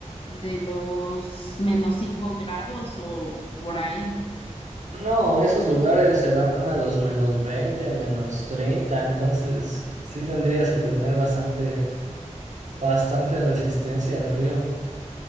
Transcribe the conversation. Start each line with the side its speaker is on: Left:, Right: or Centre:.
Left: de los menos 5 grados o por ahí.
Right: No, esos lugares se van a los menos 20 menos treinta entonces sí tendrías que tener bastante, bastante resistencia al frío.